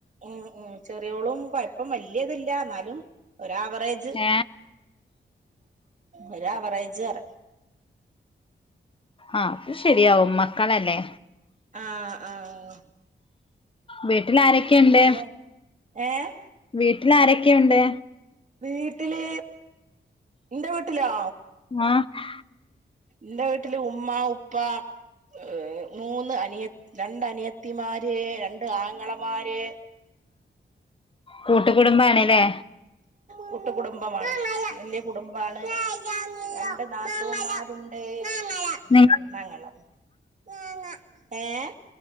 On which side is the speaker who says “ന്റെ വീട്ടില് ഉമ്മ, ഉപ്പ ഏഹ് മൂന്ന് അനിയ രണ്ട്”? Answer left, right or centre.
Right